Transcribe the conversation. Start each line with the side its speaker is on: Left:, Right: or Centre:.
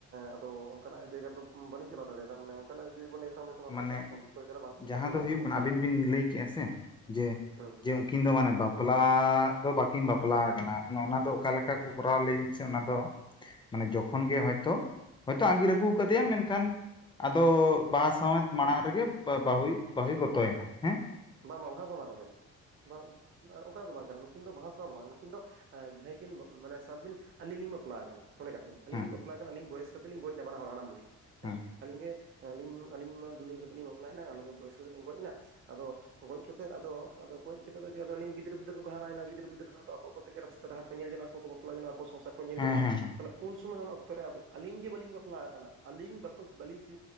Right: ᱟᱫᱚ ᱚᱱᱠᱟᱱᱟᱜ ᱡᱟᱭᱜᱟ ᱨᱮᱫᱚ ᱵᱟᱹᱞᱤᱧ ᱪᱟᱞᱟᱣ ᱫᱟᱲᱮᱭᱟᱫᱟ ᱢᱟᱱᱮᱼᱼ ᱠᱟᱱᱟ ᱡᱮ ᱢᱟᱱᱮ᱾ ᱛᱟ ᱢᱮᱱᱛᱮ ᱵᱟᱢ
Left: ᱢᱟᱱᱮ
Right: ᱛᱟᱦᱮᱱ ᱠᱟᱛᱮ ᱥᱚᱢᱡᱚᱛᱚ ᱡᱟᱭᱜᱟ ᱨᱮ ᱥᱮᱴᱮᱨ
Left: ᱡᱟᱦᱟᱸ ᱫᱚ
Right: ᱵᱟᱝ
Left: ᱦᱩᱭᱩᱜ
Right: ᱥᱚᱢᱵᱷᱚᱵ ᱠᱟᱱᱟ
Left: ᱟᱹᱵᱤᱱ ᱵᱤᱱ
Right: ᱦᱮ
Left: ᱞᱟᱹᱭ ᱠᱮᱜᱼᱟ ᱥᱮ ᱡᱮ
Right: ᱦᱩᱸᱼᱼ
Left: ᱡᱮ ᱩᱱᱠᱤᱱ ᱫᱚ ᱢᱟᱱᱮ ᱵᱟᱯᱞᱟ ᱫᱚ ᱵᱟᱹᱠᱤᱱ ᱵᱟᱯᱞᱟ ᱟᱠᱟᱱᱟ ᱚᱱᱮ ᱚᱱᱟ ᱫᱚ ᱚᱠᱟ ᱞᱮᱠᱟ ᱠᱚᱼᱼ ᱠᱚᱨᱟᱣ ᱞᱟᱹᱭᱵᱤᱱ ᱥᱮ ᱚᱱᱟ ᱫᱚ? ᱢᱟᱱᱮ ᱡᱚᱠᱷᱚᱱ ᱜᱮ ᱦᱳᱭᱛᱳ ᱦᱳᱭᱛᱳ ᱟᱸᱜᱤᱨ ᱟᱹᱜᱩ ᱠᱟᱫᱮᱭᱟ ᱢᱮᱱᱠᱷᱟᱱᱼᱼ ᱟᱫᱚ
Right: ᱦᱩᱸ
Left: ᱵᱟᱹᱦᱟ ᱥᱟᱶᱮᱫ ᱢᱟᱲᱟᱝ ᱨᱮᱜᱮ ᱵᱟᱹᱦᱩᱭ ᱵᱟᱹᱦᱩᱭ ᱜᱚᱛᱚᱭᱮᱱᱟ ᱦᱮᱸᱼᱼ
Right: ᱵᱟ ᱵᱟ ᱚᱱᱟ ᱫᱚ ᱟᱞᱟᱫᱟ <inaudible> ᱚᱠᱟ ᱫᱚ ᱵᱟᱝ ᱠᱟᱱᱟ ᱱᱩᱠᱤᱱ ᱫᱚ ᱵᱟᱦᱟ ᱥᱟᱶ ᱫᱚ ᱵᱟᱝ ᱱᱩᱠᱤᱱ ᱫᱚ ᱡᱟᱦᱟᱸᱭ ᱠᱤᱱ ᱢᱟᱱᱮ ᱥᱟᱵ ᱵᱤᱱ ᱟᱹᱞᱤᱧ ᱞᱤᱧ ᱵᱟᱯᱞᱟ ᱠᱟᱱᱟ ᱢᱚᱱᱮ ᱠᱟᱜ ᱵᱤᱱ ᱟᱹᱧ
Left: ᱦᱮᱸ
Right: ᱞᱤᱧ ᱵᱟᱯᱞᱟ ᱠᱟᱱᱟ ᱟᱞᱤᱧ ᱵᱚᱭᱮᱥ ᱠᱟᱛᱮ ᱞᱤᱧ ᱜᱚᱡ ᱱᱟ ᱦᱟᱲᱟᱢ ᱵᱩᱰᱷᱤ ᱦᱮ
Left: ᱦᱮᱸ
Right: ᱟᱞᱤᱧ ᱜᱮ ᱟᱞᱤᱧ ᱢᱟ ᱫᱩᱞᱟᱹᱲ ᱠᱟᱛᱮᱫ ᱵᱟᱯᱞᱟᱭ ᱱᱟ ᱵᱚᱭᱚᱭ ᱠᱟᱛᱮ ᱞᱤᱧ ᱜᱚᱡ ᱮᱱᱟ ᱟᱫᱚ ᱜᱚᱡᱽ ᱠᱟᱛᱮ ᱛᱮᱫ ᱟᱫᱚ ᱟᱫᱚ ᱜᱚᱡ ᱠᱟᱛᱮ ᱫᱚ ᱡᱮ ᱟᱞᱤᱧ ᱜᱤᱫᱟᱹᱨᱼ ᱯᱤᱫᱽᱟᱹ ᱫᱚᱠᱚ ᱦᱟᱨᱟᱭᱱᱟ ᱜᱤᱫᱟᱹᱨ ᱯᱤᱫᱟᱹᱨᱟᱹ ᱫᱚ ᱟᱫᱚ ᱟᱠᱚ ᱛᱮᱜᱮ ᱨᱟᱥᱛᱟ ᱰᱟᱦᱟᱨ ᱠᱚ ᱧᱮᱞ ᱡᱚᱱᱟᱜ ᱟᱠᱚ ᱵᱟᱯᱞᱟ ᱡᱚᱱᱚᱜᱼᱟ ᱥᱚᱝᱥᱟᱨ ᱠᱚ ᱧᱮᱞ
Left: ᱦᱮᱸ
Right: ᱧᱚᱜᱼᱟ
Left: ᱦᱮᱸ ᱦᱮᱸ
Right: ᱛᱟᱦᱞᱮᱼ ᱩᱱ ᱥᱚᱢᱚᱭ ᱚᱱᱟ ᱚᱠᱛᱚ ᱨᱮ ᱟᱫᱚ ᱟᱹᱞᱤᱧ ᱜᱮ ᱵᱟᱹᱞᱤᱧ ᱵᱟᱯᱞᱟ ᱟᱠᱟᱱᱟ ᱟᱹᱞᱤᱧ ᱵᱟᱠᱚ ᱵᱟᱹᱞᱤᱧ ᱥᱤᱼᱼ